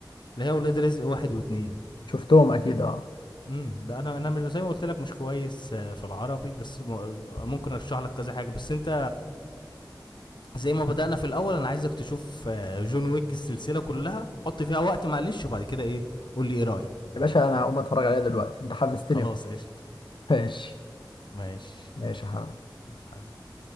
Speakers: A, on the left; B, on the left.
A: اللي هي ولاد رزق واحد واتنين
B: شفتهم أكيد اه
A: امم بقى انا انا مش زي ما قلت لك مش كويس آه، في العربي بس م- آه، ممكن ارشح لك كذا حاجه بس انت زي ما بدانا في الاول انا عايزك تشوف آه، جون ويك السلسله كلها حط فيها وقت معلش وبعد كده ايه قول لي ايه رايك
B: يا باشا أنا هقوم أتفرج عليها دلوقتي أنت حمستني
A: خلاص قشطه
B: <laughs> ماشي
A: ماشي
B: ماشي يا حبيبي
A: حبيبي